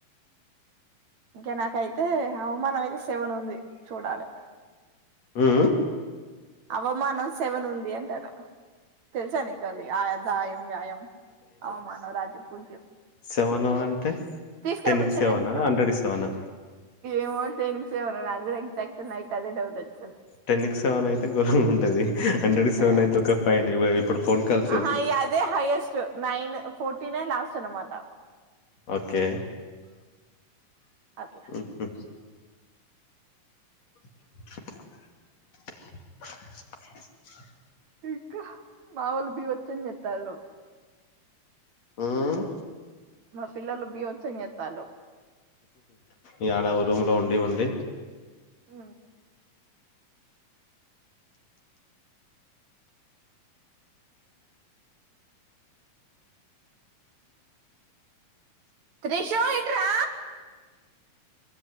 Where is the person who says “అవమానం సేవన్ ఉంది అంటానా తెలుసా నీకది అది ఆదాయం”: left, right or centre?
Right